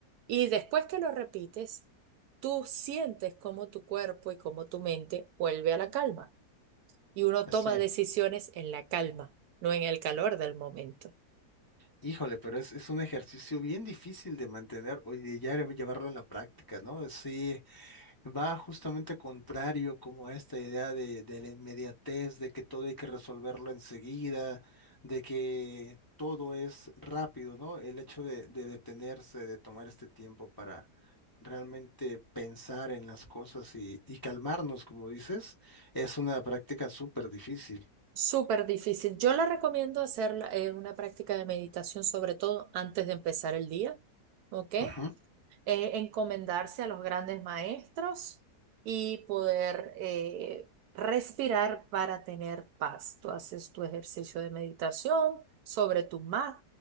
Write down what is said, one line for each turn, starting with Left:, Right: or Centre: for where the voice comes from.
Right: Y después que lo repites, tú sientes cómo tu cuerpo y cómo tu mente vuelve a la calma. Y uno toma
Left: Sí.
Right: decisiones en la calma, no en el calor del momento.
Left: Híjole, pero es, es un ejercicio bien difícil de mantener o de ya llevarlo en la práctica, ¿no? Sí, va justamente contrario como a esta idea de, de la inmediatez, de que todo hay que resolverlo enseguida, de que todo es rápido, ¿no? El hecho de, de detenerse, de tomar este tiempo para realmente pensar en las cosas y, y calmarnos, como dices, es una práctica súper difícil.
Right: Súper difícil. Yo la recomiendo hacer la- eh, una práctica de meditación, sobre todo antes de empezar el día. ¿Ok?
Left: Ujú,
Right: eh, encomendarse a los grandes maestros y poder eh, respirar para tener paz. Tú haces tu ejercicio de meditación sobre tu mat,